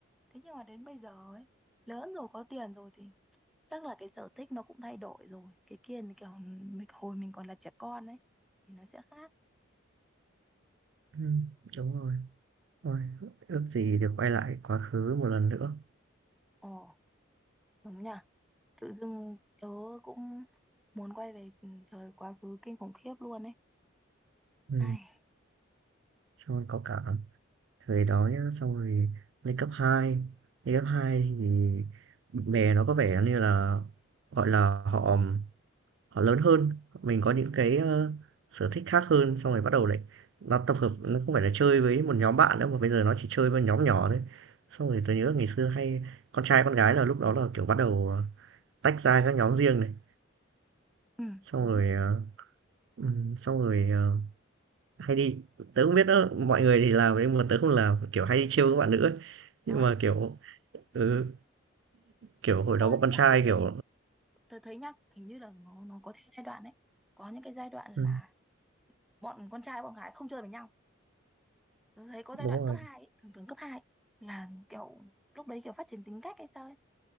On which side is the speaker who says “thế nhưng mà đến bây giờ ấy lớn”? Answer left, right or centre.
Centre